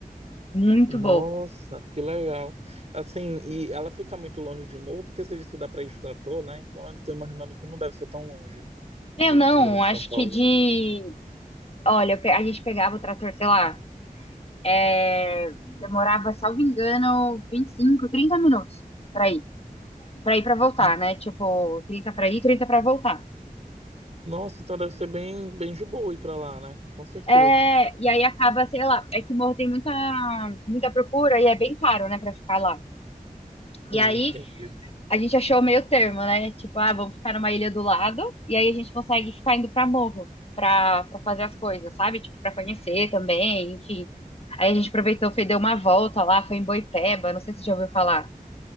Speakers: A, on the left; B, on the right.
A: muito
B: Nossa,
A: pouco.
B: que legal. Assim, e ela fica muito longe de Morro, porque você disse que dá pra ir de trator, né? Então eu tô imaginando que não deve ser tão longe de,
A: Eu não,
B: de Morro de
A: acho
B: São Paulo.
A: que de. Olha, eu pe- a gente pegava o trator, sei lá, é, demorava, salvo engano, 25 30 minutos pra ir. Pra ir pra voltar,
B: Hum,
A: né? Tipo, 30 pra ir, 30 pra voltar.
B: Nossa, então deve ser bem, bem de boa ir pra lá, né? Com certeza.
A: É, e aí acaba, sei lá, é que Morro tem muita, muita procura e é bem caro, né, pra ficar lá. E
B: Sim,
A: aí
B: entendi.
A: a gente achou meio termo, né? Tipo, ah, vamos ficar numa ilha do lado e aí a gente consegue ficar indo pra Morro pra, pra fazer as coisas, sabe? Tipo, pra conhecer também, enfim. Aí a gente aproveitou, foi, deu uma volta lá, foi em Boipeba, não sei se você já ouviu falar.